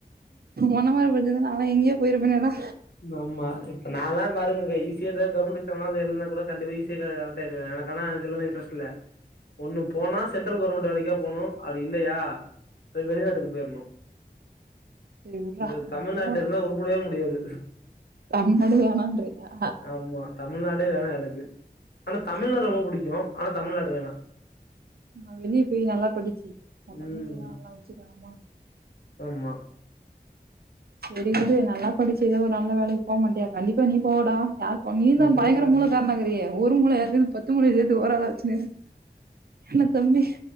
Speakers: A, on the right; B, on the left.
A: ஒன்ன மாரி படிச்சிருந்தா நாலா எங்கயோ போயிருப்பேன்டா
B: நம்ம நால்லா பாருங்ககா ஈசியாதா கவர்மெண்ட் எக்ஸாம் அது எழுனா கூட கண்டிப்பா ஈஸியாக்க கரெக்ட் ஆயிருவே எனக் ஆனா இதுல்லா இன்டரெஸ்ட் இல்ல ஒண்ணு போனா சென்ட்ரல் கவர்மெண்ட் வேலைக்கா போணு அப்பிடி இல்லையா வெளிநாட்டுக்கு போயிருணு
A: சரி உட்றா
B: இந்த
A: நீ
B: தமிழ்நாட்டுல
A: போடா
B: இருந்தா உறுப்படவே முடியாது
A: தமிழ்நாடு வேணான்ரியா
B: ஆமா தமிழ்நாடே வேணா எனக் ஆனா தமிழ்னா
A: சரி
B: ரொம்ப புடிக்கு ஆனா தமிழ்நாடு வேணா
A: நா வெளியே போய் நல்லா படிச்சி ஓ தங்கச்சியெல்லா
B: ம்
A: வச்சிக்கணுமா
B: ஆமா
A: சேரி விடு நல்லா படிச்சி ஏதோ ஒரு நல்ல வேலைக்கு போ மாட்டியா கண்டிப்பா நீ போவடா யார் போ நீயுதா
B: ஆமாங்க
A: பயங்கர மூள காரணாகிறியே ஒரு மூளை இருக்குது பத்து மூளை சேர்ந்து ஒரு ஆளா வச்சுனு என்ன தம்பி